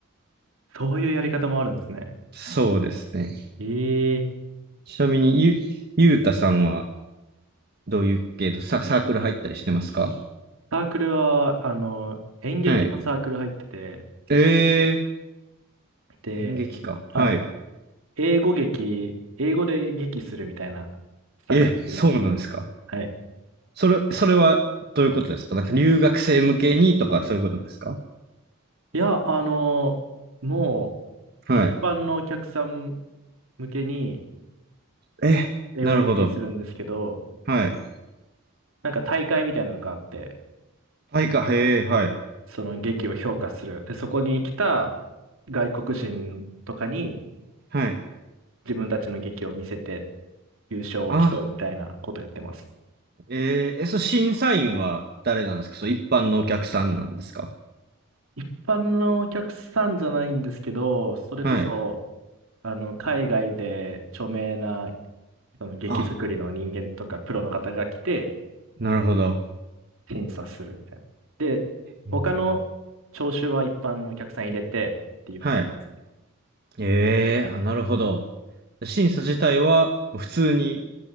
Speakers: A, on the right; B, on the right.
A: そういうやり方もあるんですね。
B: そうですね。
A: ええ
B: ちなみにゆ、ゆうたさんはどういう系とサ、サークル入ったりしてますか
A: サークルは、あの、演劇のサークル入ってて、
B: はい。えー、
A: で、
B: 演劇か。はい。
A: はい。英語劇、英語で劇するみたいなサークル入ってるんですよ。
B: え、そうなんですか。
A: はい。
B: それ、それはどういうことですかなんか留学生向けにとかそういうことですか
A: いや、あのも
B: はい。
A: う、一般のお客さん向けに、
B: え、
A: 英語で劇するんですけど、
B: なるほど。はい。
A: なんか大会みたいなのがあって、
B: はいか、へえ、はい。
A: その劇を評価する。で、そこに来た外国人とかに
B: はい。
A: 自分たちの劇を見せて優勝を競うみたいなことやってます。
B: あ、えー、え、その審査員は誰なんですかそう、一般のお客さんなんですか
A: 一般のお客さんじゃないんですけど、それこそ、
B: はい。
A: あの、海外で著名な、その劇作りの人間とかプロの方が来て、
B: あ、なるほど。
A: 審査するみたいな。で、
B: うん
A: 他の聴衆は一般のお客さん入れてっていう感じですね。
B: はい。ええあ、なるほど。審査自体は、普通に、